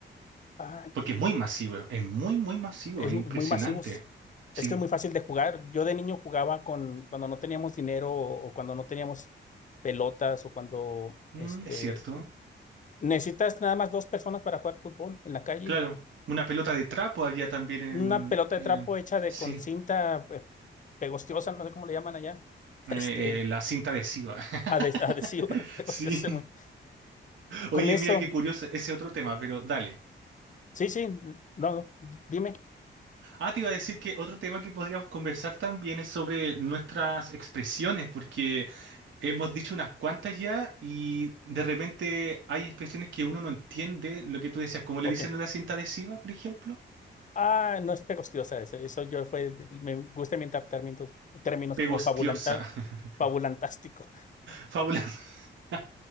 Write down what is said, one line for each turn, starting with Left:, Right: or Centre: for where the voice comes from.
Left: Ay,
Right: Porque es muy masivo, es es muy, muy masivo,
Left: es
Right: es
Left: muy
Right: impresionante.
Left: masivos.
Right: Sí,
Left: Es que es muy fácil de jugar. Yo de niño jugaba con cuando no teníamos dinero o, o cuando no teníamos pelotas o cuando
Right: Mm,
Left: este
Right: es cierto.
Left: necesitas nada más dos personas para jugar fútbol en la calle.
Right: Claro, una pelota de trapo había también en,
Left: Una pelota
Right: en-
Left: de trapo hecha de
Right: sí,
Left: con cinta eh, pegostiosa, no sé cómo le llaman allá, <laughs>
Right: eh,
Left: este
Right: eh, la cinta adhesiva. <laughs>
Left: ades- adhesiva, <laughs> pegostiosa,
Right: Sí.
Left: muy.
Right: Oye,
Left: Con eso.
Right: mira qué curioso ese otro tema, pero dale.
Left: Sí, sí, no, no, dime.
Right: Ah, te iba a decir que otro tema que podríamos conversar también es sobre nuestras expresiones, porque hemos dicho unas cuantas ya y de repente hay expresiones que uno no entiende, lo que tú decías, como le
Left: Ok.
Right: dicen a la cinta adhesiva, por ejemplo.
Left: Ah, no es pegostiosa ese. Eso yo fue, me gusta inventar términos, términos
Right: Pegostiosa,
Left: como fabulantal,
Right: <laughs>
Left: fabulantástico.
Right: fabulosa. <laughs>